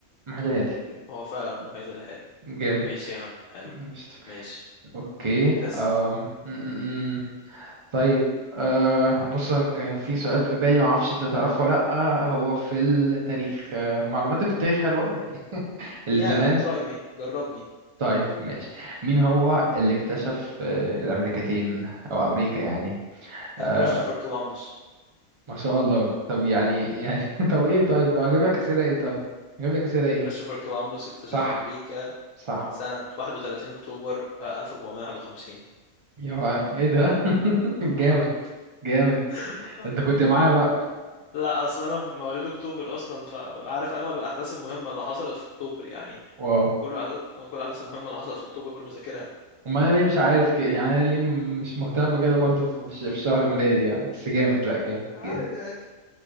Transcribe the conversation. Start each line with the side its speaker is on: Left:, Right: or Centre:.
Right: المحيط الهادي
Left: هو فعلا المحيط الهادي
Right: جامد
Left: ماشي يا عم حلو
Right: مشت.
Left: ماشي
Right: اوكي
Left: اسال
Right: أم... م- م- م. طيب أه بص أنا كان في سؤال في بالي ما اعرفش انت تعرفه ولا لا هو في التاريخ أه، معلوماتك في التاريخ حلوه يعني <laughs>
Left: يعني
Right: الزمان
Left: تراي مي جربني
Right: طيب ماشي مين هو اللي اكتشف آه، الأمريكتين أو أمريكا يعني آه
Left: كريستوفر كولومبوس
Right: ما شاء الله طب يعني يعني <laughs> طب إيه طيب أجيب لك أسئلة إيه طيب أجيب لك أسئلة إيه
Left: كريستوفر كولومبوس اكتشف
Right: صح
Left: امريكا
Right: صح
Left: سنه 31 اكتوبر آه، 1451
Right: يا بقى إيه ده <laughs> جامد جامد
Left: <laughs>
Right: أنت كنت معايا بقى
Left: لا اصل انا في مواليد اكتوبر اصلا فعارف اغلب الاحداث المهمه اللي حصلت في اكتوبر يعني
Right: <laughs> واو
Left: كل الاحداث كل الاحداث المهمه اللي حصلت في اكتوبر مذاكرها
Right: أما أنا ليه مش عارف كده يعني أنا ليه مش مهتم كده برضو في في شهر ميلادي يعني بس جامد لأ جامد
Left: عادي
Right: جامد
Left: عادي